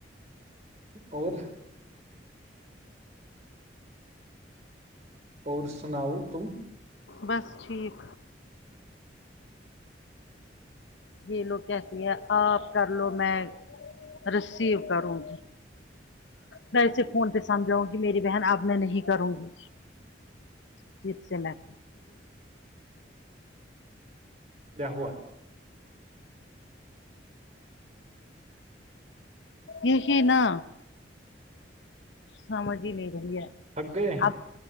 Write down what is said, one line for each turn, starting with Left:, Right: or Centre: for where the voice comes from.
Right: اور اور سناؤ تم
Left: بس ٹھیک یہ لوگ کہتی ہیں آپ کر لو میں رسیو کروں گی میں اسے فون پہ سمجھاؤں گی میری بہن اب میں نہیں کروں گی پھر سے میں
Right: کیا ہوا
Left: یہی نہ سمج ہی نہیں رہی ہے
Right: تھک گئے
Left: اب